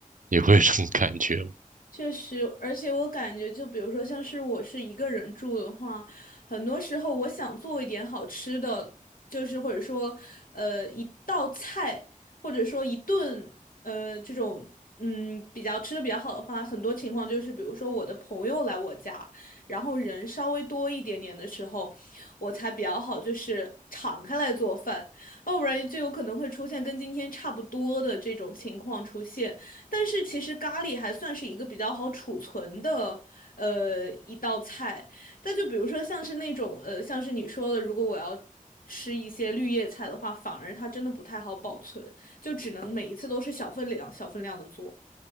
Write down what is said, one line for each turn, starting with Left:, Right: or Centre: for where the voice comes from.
Right: 你会有这种感觉吗？
Left: 确实，而且我感觉，就比如说，像是我是一个人住的话，很多时候我想做一点好吃的，就是或者说，呃，一道菜，或者说一顿，呃，这种，嗯，比较吃的比较好的话，很多情况就是，比如说我的朋友来我家，然后人稍微多一点点的时候，我才比较好，就是敞开来做饭，要不然就有可能会出现跟今天差不多的这种情况出现。但是其实咖喱还算是一个比较好储存的呃一道菜。但就比如说像是那种呃，像是你说的，如果我要吃一些绿叶菜的话，反而它真的不太好保存，就只能每一次都是小分量、小分量的做。